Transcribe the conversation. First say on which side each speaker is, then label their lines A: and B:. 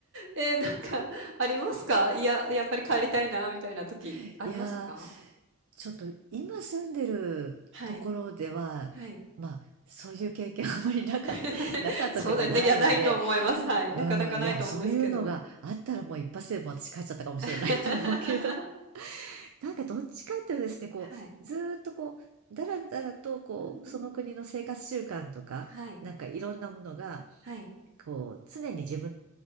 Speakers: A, on the right; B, on the right.
A: えー、なんかありますかいや、やっぱり帰りたいな、みたいな時ありましたか
B: <laughs> いやー、ちょっと今住んでるところでは、
A: はい。はい。
B: まあ、そういう経験あんまりなかった、
A: <laughs>
B: <laughs> なかったというかないので、
A: そうだよね。いや、ないと思います。はい。
B: うん、
A: なかなかないと思うんですけど。
B: いや、そういうのがあったらもう一発でもう私帰っちゃったかもしれないって思うけど。
A: <laughs>
B: <laughs> なんかどっちかっていうとですね、こう、
A: はい。
B: ずーっとこう、だらだらとこう、
A: うんうんうん。
B: その国の生活習慣とか、
A: はい。
B: なんかいろんなものが、
A: はい。
B: こう、常に自分